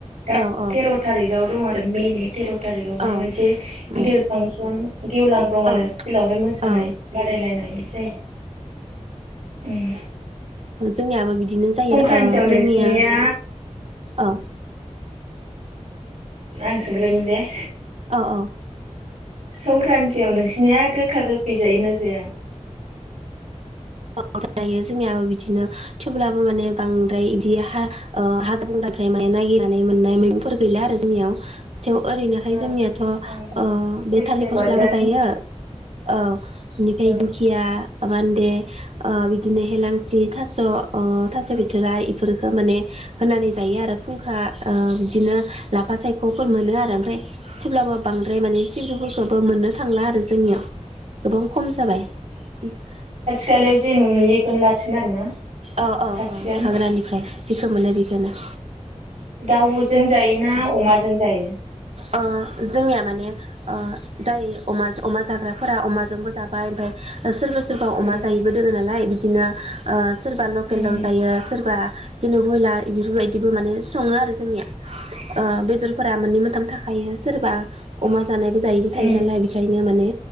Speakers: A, on the right; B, on the right.
A: दा
B: औ औ
A: थेर' थारिखाव दं आरो मेलिफ तेर' थारिकावहाय
B: औ
A: मोनसे गिदिर
B: उम
A: फांसन गेवलां दं आरो
B: औ
A: फिल्डआवहाय मोसानाय
B: औ
A: बादायलायनाय बिदि जायो।
B: जोंनियाबो बिद बिदिनो जायो
A: संक्रान्तियाव
B: जोंनिया
A: नोंसिनिया
B: औ।
A: आं सोंग्रोनि दे।
B: औ औ।
A: संक्रान्तियाव नोंसिनिया गोखा गोखै जायोना जाया?
B: अ जायो जोंनियाबो बिदिनो थेवब्लाबो माने बांद्राय बिदि ओ ह हाग्रा बंग्रानिफ्राय माने नायागिरनानै मोननाय मैगंफोर गैला आरो जोंनियाव। थेव ओरैनोहाय
A: ओं
B: जोंनियाथ ओ'
A: ओं जिखिनि
B: बे थालिर
A: मोनदों
B: फस्लाखौजायो औ बेनिफ्राय
A: ओं
B: दुखिया बाबानि दे। ओ बिदिनो हेेलांसि थास' अह थास' बिथोराइ इफोरफोरखौ माने होननानै जायो आरो फुंखा ओ बिदिनो लाफा सायख'फोर मोनो आरो रो ओमफ्राय थेब्लाबो बांद्राय माने सिब्रुफोरखौबो मोननो थांला आरो जोंनियाव गोबां खम जाबाय उम
A: थालाय जिम नुयैखौनो लासिगोन आरो ना।
B: औ औ
A: खासिगोन
B: औ हाग्रानिफ्राय जेखो मोनो बेखो <unintelligible>
A: दाउजों जायोना अमाजों जायो?
B: ओ जोंनिया माने ओ जाय अमा जो अमा जाग्राफोरा अमाजोंबो जाबाय ओमफाय ओ सोरबा सोरबा अमा
A: उम
B: जायैबो दोङो नालाय बिदिनो ओ सोरबा लकेल
A: उम
B: दाउ जायो। सोरबा बिदिनो बयलार बेफोरबायदिबो माने सङो आरो जोंनिया ओ बेदरफोरा मोननै मोनथाम थाख खायो सोरबा अमा जानायबो जायिबो
A: उम
B: थायो नालाय बेखायनो माने